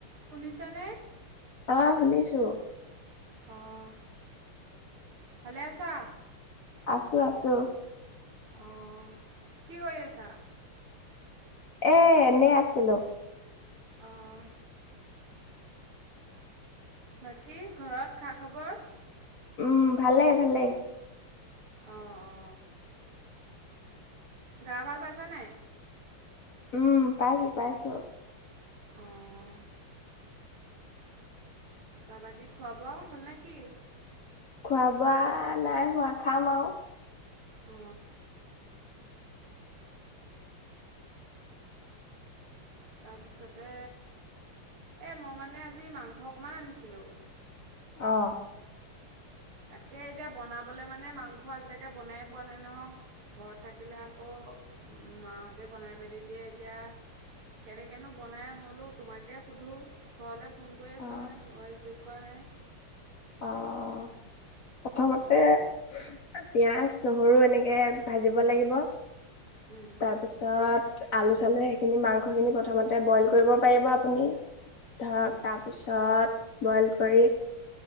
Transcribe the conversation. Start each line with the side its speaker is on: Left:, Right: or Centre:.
Right: শুনিছা নে
Left: অহ শুনিছো
Right: অহ ভালে আছা
Left: আছো আছো
Right: অঁ কি কৰি আছা
Left: এ এনে আছিলো
Right: অহ বাকী ঘৰত খা খবৰ
Left: উম ভালে ভালে
Right: অ অ গা ভাল পাইছা নাই
Left: উম পাইছো পাইছো
Right: অ <unintelligible> বা বাকি খুৱা হ'ল নে কি
Left: খোৱা বোৱা নাই হোৱা খাম আৰু
Right: অ তাৰপিছতে এই মই মানে আজি মাংস অকণমান আনিছিলোঁ
Left: অ
Right: তাকে এতিয়া বনাবলৈ মানে মাংস আজিলৈকে বনাই পোৱা নাই নহওঁঘৰত থাকিলে আকৌ মাহতে বনাই মেলি দিয়ে এতিয়া কেনেকেনো বনাই বোলো তোমাকে সুধো ঘৰলৈ ফোন কৰি আছিলে
Left: অ
Right: মানে ফোন ৰিচিভ কৰা নাই
Left: অ প্ৰথমতে পিয়াজ নহৰু এনেকে ভাজিব লাগিব
Right: উম
Left: তাৰপিছত আলু চালু সেইখিনি মাংসখিনি প্ৰথমতে ব্ৰইল কৰিব পাৰিবা তুমি ধৰক
Right: উম
Left: তাৰপিছত ব্ৰইল কৰি